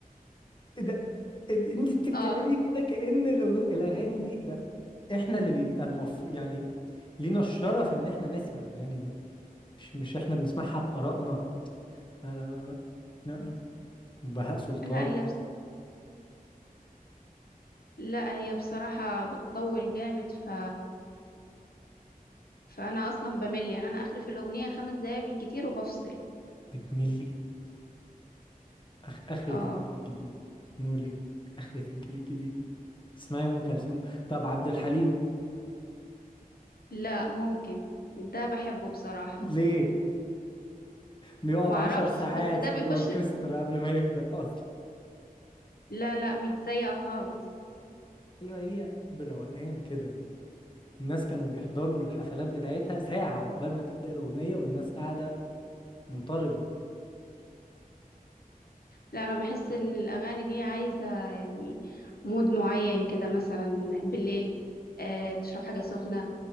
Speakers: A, on the left (about 30°); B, on the left (about 85°).
A: ايه ده إيه ده؟ انتي بتتكلمي
B: اه
A: كده كأن الأغ- الاغاني دي ده احنا اللي بيبقى المفروض يعني لينا الشرف ان احنا نسمع الاغاني دي مش مش احنا بنسمعها بآرائنا لا لا لا لا. لا لا وبهاء سلطان
B: لا هي بص... لا هي بصراحة بتطول جامد ف... فأنا أصلا بمل يعني أنا آخري في الأغنية خمس دقايق بالكتير وبفصل
A: بتملي أخ... آخرة
B: اه
A: الجيل الجديد نقول إيه آخرة الجيل الجديد تسمعي أم كلثوم طب عبد الحليم
B: لا ممكن ده بحبه بصراحة
A: ليه بيقعد
B: معرفش
A: عشر ساعات
B: بس ده
A: في
B: بيخش
A: الأوركسترا قبل ما يبدأ أصلا
B: لا لا مش زيها خالص
A: أيوة هي بروقان كده الناس كانوا بيحضروا الحفلات بتاعتها ساعة قبل ما تبدأ الأغنية والناس قاعدة منطربة
B: لا انا بحس مم. ان الاغاني دي عايزه يعني مود معين كده مثلا بالليل آه تشرب حاجه سخنه